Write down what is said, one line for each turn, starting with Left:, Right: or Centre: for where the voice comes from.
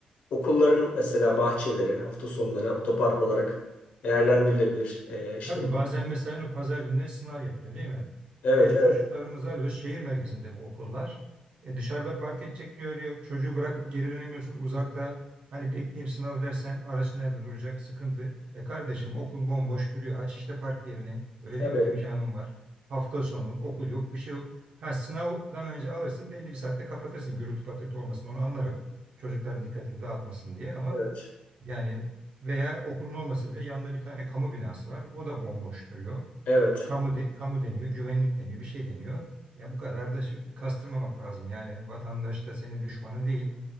Left: Okulların mesela bahçeleri hafta sonları otopark olarak değerlendirilebilir. Ee, işte
Right: Tabii bazen mesela o pazar gününe sınav yapılıyor değil mi?
Left: evet
Right: E,
Left: evet
Right: çocuklarımızı alıyoruz. Şehir merkezinde bu okullar. E, dışarıda park edecek yer yok. Çocuğu bırakıp geri dönemiyorsun uzakta. Hani bekleyeyim sınav dersen araç nerede duracak sıkıntı. E kardeşim okul bomboş duruyor. Aç işte park yerini. Öyle
Left: tabii
Right: değil mi? İmkanın var. Hafta sonu okul yok bir şey yok. Ha sınavdan önce alırsın belli bir saatte kapatırsın gürültü patırtı olmasın onu anlarım. Çocukların dikkatini dağıtmasın diye ama
Left: evet
Right: yani veya okulun olmasa bile yanında bir tane kamu binası var. O da bomboş duruyor.
Left: evet
Right: Kamu de- kamu deniyor, güvenlik deniyor, bir şey deniyor. Ya bu kadar da şey- kastırmamak lazım. Yani vatandaş da senin düşmanın değil.